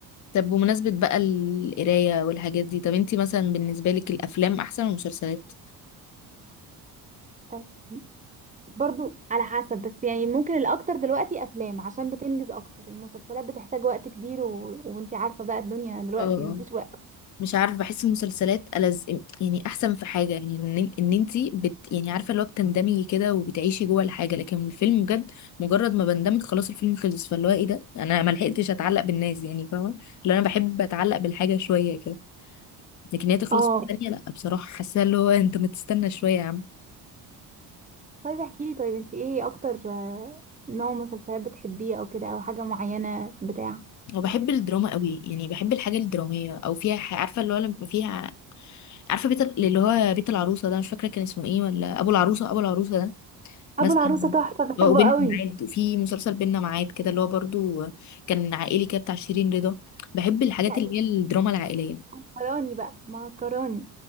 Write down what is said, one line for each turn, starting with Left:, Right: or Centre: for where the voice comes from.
Left: طب بمناسبه بقى القرايه والحاجات دي طب انتي مثلا بالنسبه لك الافلام احسن ولا المسلسلات
Right: آه، برضو على حسب بس يعني ممكن الاكتر دلوقتي افلام عشان بتنجز اكتر المسلسلات بتحتاج وقت كبير و... وانتي عارفه بقى الدنيا دلوقتي
Left: اه
Right: مفيش وقت
Left: مش عارف بحس المسلسلات ألز يعني احسن في حاجه يعني ان ان انت بت يعني عارفه اللي هو بتندمجي كده وبتعيشي جوه الحاجه لكن الفيلم بجد مجرد ما بندمج خلاص الفيلم خلص فاللي هو ايه ده انا ما لحقتش اتعلق بالناس يعني فاهمه اللي انا بحب اتعلق بالحاجه شويه كده لكن هي تخلص
Right: اه
Left: في الثانيه لا بصراحه حاسه اللي هو انت ما تستنى شويه يا عم
Right: طيب احكي لي طيب انتي ايه اكتر آه، نوع مسلسلات بتحبيه او كده او حاجه معينه بتاع
Left: وبحب الدراما قوي يعني بحب الحاجه الدراميه او فيها ح- عارفه اللي هو لما فيها عارفه بيت ال- اللي هو بيت العروسه ده مش فاكره كان اسمه ايه ولا ابو العروسه ابو العروسه ده مثلا
Right: ابو العروسه تحفه بحبه
Left: هو وبيننا
Right: قوي
Left: معاد في مسلسل بيننا معاد كده اللي هو برضو كان عائلي كده بتاع شيرين رضا بحب الحاجات
Right: لا
Left: اللي
Right: ده انت
Left: هي الدراما العائلية
Right: مهكراني بقى مهكراني